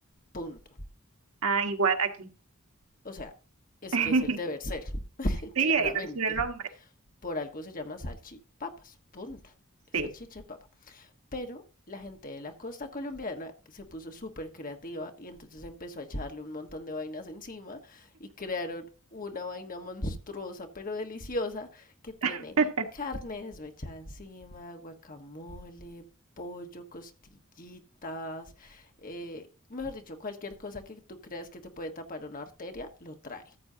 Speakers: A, on the left; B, on the right.
A: Punto.
B: Ah, igual aquí.
A: O sea, es
B: <laughs>
A: que es el deber ser, <laughs>
B: Sí,
A: claramente.
B: ahí lo dicen el nombre.
A: Por algo se llama salchipapas. Punto. Es
B: Sí,
A: salchicha y papa. Pero la gente de la costa colombiana se puso súper creativa y entonces empezó a echarle un montón de vainas encima y crearon una vaina monstruosa pero deliciosa que tiene
B: <laughs>
A: carne desmechada encima, guacamole, pollo, costillitas, eh, mejor dicho, cualquier cosa que tú creas que te puede tapar una arteria, lo trae.